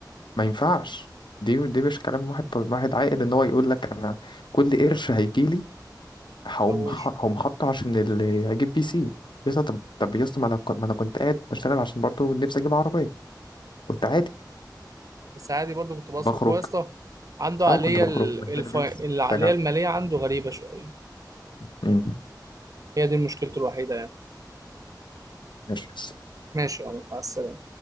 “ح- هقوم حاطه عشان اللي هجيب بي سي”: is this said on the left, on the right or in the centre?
Left